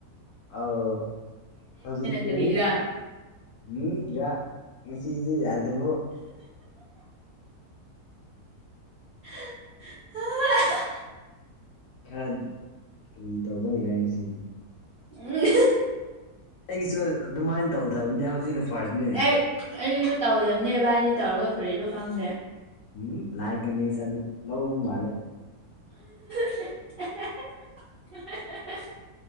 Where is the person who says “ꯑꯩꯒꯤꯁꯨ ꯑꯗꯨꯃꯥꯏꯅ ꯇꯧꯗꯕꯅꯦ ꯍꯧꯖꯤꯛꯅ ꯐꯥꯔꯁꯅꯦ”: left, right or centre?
Left